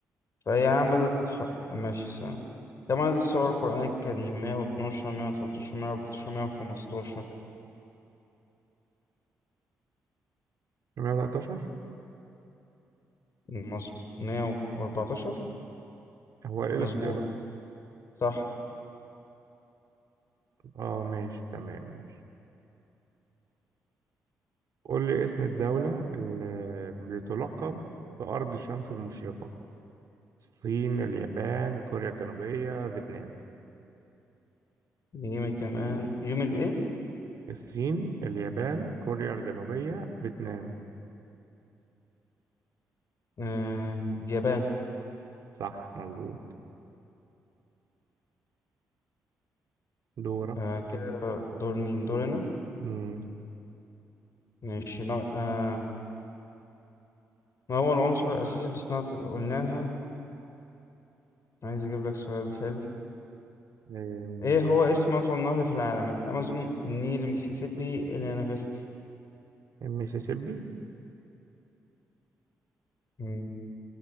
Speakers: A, on the left (about 50°); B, on the right (about 60°).
A: فهي عم بدأت الح... ماشي سنة كم عدد السور القرآن الكريم 112 113 114 115
B: 113
A: مظبوط 114
B: هو إيه الاختيارات؟
A: مظبوط صح
B: اه ماشي تمام ماشي قول لي اسم الدولة اللي بتلقب بأرض الشمس المشرقة الصين اليابان كوريا الجنوبية فيتنام
A: يوم كمان يوم الايه
B: الصين اليابان كوريا الجنوبية فيتنام
A: آه اليابان
B: صح مظبوط دورك
A: آه كده دور مين دورنا
B: مم.
A: ماشي نا- آه ما هو العنصر الأساسي في صناعة اللي قلناها عايز أجيب لك سؤال حلو
B: إيه،
A: إيه هو اسم أطول نهر في العالم الأمازون النيل المسيسيبي اليانغستي
B: المسيسيبي
A: مم،